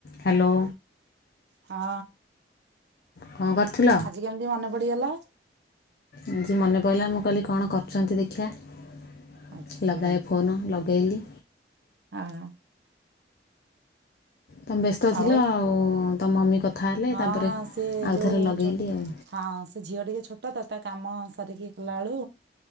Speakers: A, on the left; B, on the right.
A: Hello.
B: ହଁ।
A: କଣ କରୁଥିଲ
B: ଆଜି କେମିତି ମନେ ପଡିଗଲା
A: ଆଜି ମନେ ପଡ଼ିଲା। ମୁଁ କହିଲି କଣ କରୁଛନ୍ତି ଦେଖିିବା।
B: ଆଚ୍ଛା
A: ଲଗାଏ ଫୋନ ଲଗେଇଲି।
B: ହଁ।
A: ତମେ ବ୍ୟସ୍ତ ଥିଲ
B: ଆଉ
A: ଆଉ। ମମି କଥା। ହେଲେ
B: ହଁ,
A: ତାପରେ
B: ସେ
A: ଆଉଥରେ
B: ଯୋଉ।
A: ଲଗେଇଲି ଆଉ
B: ହଁ, ସେ ଝିଅ ଟିକେ ଛୋଟ ତ। ତା କାମ ସାରିକି। ଲାଳୁ